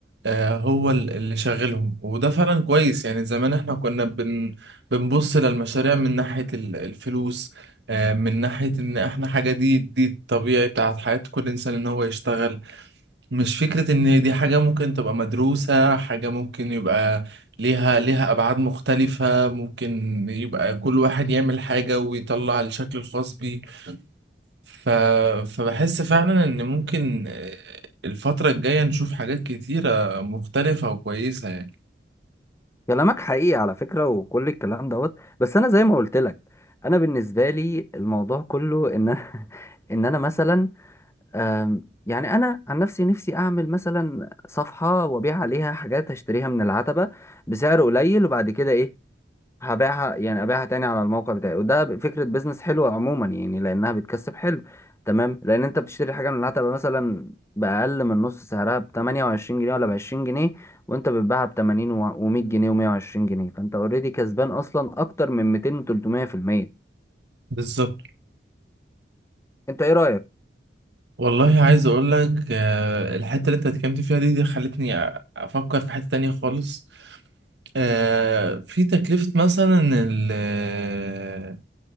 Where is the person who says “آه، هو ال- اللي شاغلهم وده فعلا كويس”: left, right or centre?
Right